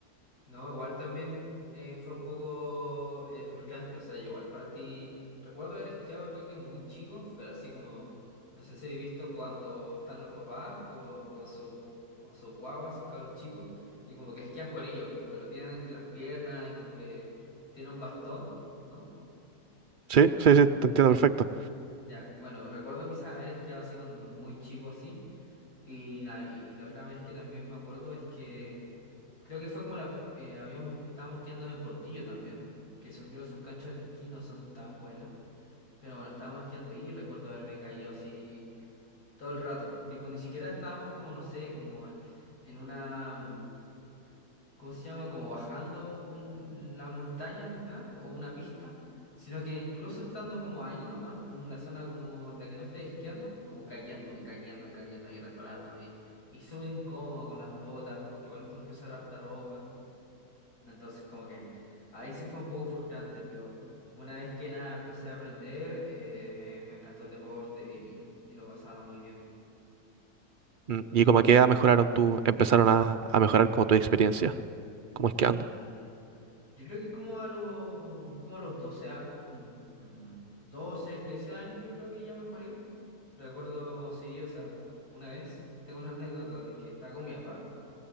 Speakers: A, on the left; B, on the right.
A: No, igual también eh, fue un poco eh, frustrante, o sea, yo igual para ti, recuerdo haber esquiado creo que muy chico, pero así como, no sé si he visto cuando están los papás como con sus con sus guaguas, sus cabros chicos, y como que esquían con ellos, como que lo tienen entre las piernas y como que tiene un bastón, ¿no?
B: Sí, sí, sí, te entiendo
A: Bu-
B: perfecto.
A: Ya, bueno, recuerdo quizás haber esquiado así cuando muy chico así, y, nada, y la otra vez que también me acuerdo es que... Creo que fue como la... eh, habíamos, estábamos quedando en Portillo también, que según yo sus canchas de esquí no son tan buenas, pero bueno, estábamos quedando ahí y recuerdo haberme caído así todo el rato. Tipo, ni siquiera estábamos como, no sé, como en una... mm, ¿Cómo se llama? Como bajando un, la montaña ni nada, o una pista, sino que incluso estando como ahí nomás, como en la zona como en la que no estáis esquiando, como cayéndome, cayéndome, cayéndome y resbalándome. Y súper incómodo con las botas, porque igual tienes que usar harta ropa. Entonces, como que ahí sí fue un poco frustrante, pero una vez que nada empecé a aprender, eh, me, me encantó el deporte y, y lo pasaba muy bien.
B: Mm, Y
A: Y
B: como
A: lo
B: que
A: sigo
B: ya mejoraron
A: practicando.
B: tú, empezaron a, a mejorar como tu experiencia, como
A: Mm,
B: esquiando.
A: yo creo que como a los, como a los 12 a- como, mm, 12, 13 años, yo creo que ya mejoré. Recuerdo, sí, o sea, una vez tengo una anécdota de que estaba con mi papá